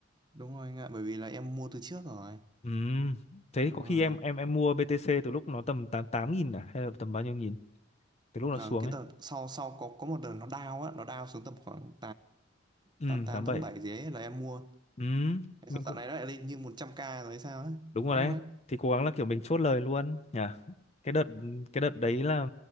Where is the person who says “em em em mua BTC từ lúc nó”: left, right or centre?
Left